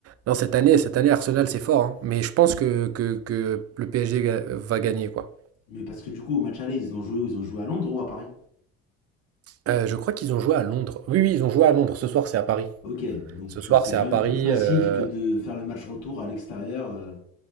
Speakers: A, on the right (about 45°); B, on the left (about 80°).
A: Non, cette année, cette année, Arsenal, c'est fort. hein. Mais je pense que, que, que le PSG ga- va gagner, quoi.
B: Mais parce que du coup, au match aller, ils ont joué où Ils ont joué à Londres ou à Paris
A: Euh, je crois qu'ils ont joué à Londres. Oui, oui, ils ont joué à Londres. Ce soir, c'est à Paris.
B: Ok, donc
A: Ce
B: tu-
A: soir,
B: c'est
A: c'est
B: quand
A: à
B: même
A: Paris.
B: plus facile
A: euh,
B: que de faire le match retour à l'extérieur. euh.